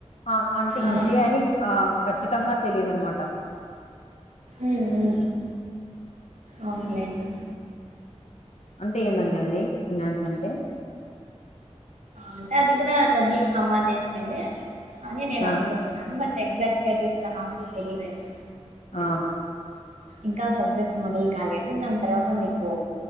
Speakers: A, on the left (about 70°); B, on the right (about 80°).
A: ఆ అంటే
B: ఆ!
A: ఇదే అని ఆ ఖచ్చితంగా తెలిదు అనమాట
B: ఉ ఉ అవునులేండి
A: అంటే ఏందండి అది ఫినాన్స్ అంటే
B: అంటే అది కూడా డబ్బుకి సంబంధించినదే అని నేను
A: ఆ
B: అనుకుంటు న్నా బట్ ఎగ్జాక్ట్ గా ఇ నాకు తెలీదండి
A: ఆ
B: ఇంకా సబ్జెక్ట్ మొదలు కాలేదు దాని తర్వాత మీకు